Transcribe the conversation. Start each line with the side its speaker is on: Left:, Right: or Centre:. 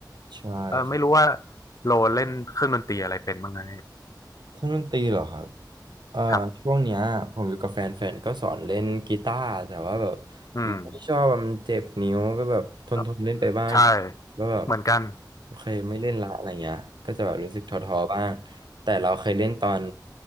Right: ใช่ครับ
Left: เออไม่รู้ว่าโลเล่นเครื่องดนตรีอะไรเป็นบ้างไง
Right: เครื่องดนตรีเหรอครับ เอ่อช่วงเนี้ยผมอยู่กับแฟนแฟนก็สอนเล่นกีตาร์แต่ว่าแบบผมไม่ชอบอะมันเจ็บนิ้วก็แบบทนทนเล่นไปบ้าง
Left: ครับอืมเอ่อใช่
Right: แล้วแบบ
Left: เหมือนกัน
Right: โอเคไม่เล่นละอะไรเงี้ยก็จะแบบรู้สึกท้อๆบ้างแต่เราเคยเล่นตอน